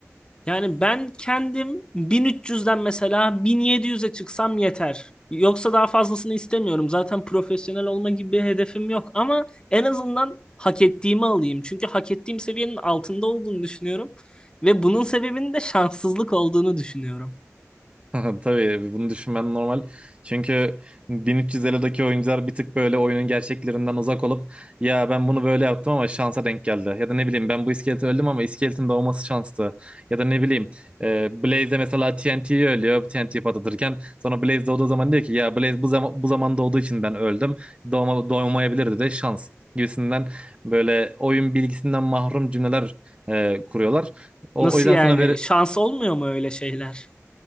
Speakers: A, on the left; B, on the right.
A: Yani ben kendim 1300'den mesela 1700'e çıksam yeter. Yoksa daha fazlasını istemiyorum. Zaten profesyonel olma gibi bir hedefim yok ama en azından hak ettiğimi alayım. Çünkü hak ettiğim seviyenin altında olduğunu düşünüyorum ve bunun sebebinin de şanssızlık olduğunu düşünüyorum.
B: <laughs> Tabii bunu düşünmen normal. Çünkü 1300 Elo'daki oyuncular bir tık böyle oyunun gerçeklerinden uzak olup ya ben bunu böyle yaptım ama şansa denk geldi. Ya da ne bileyim ben bu iskeleti öldüm ama iskeletin doğması şanstı. Ya da ne bileyim e, Blaze de mesela TNT'yi ölüyor TNT patlatırken sonra Blaze doğduğu zaman diyor ki ya Blaze bu, zaman, bu zaman doğduğu için ben öldüm. Doğma, doğmayabilirdi de şans gibisinden böyle oyun bilgisinden mahrum cümleler e, kuruyorlar. O,
A: Nasıl
B: o yüzden
A: yani?
B: sana ver,
A: Şans olmuyor mu öyle şeyler?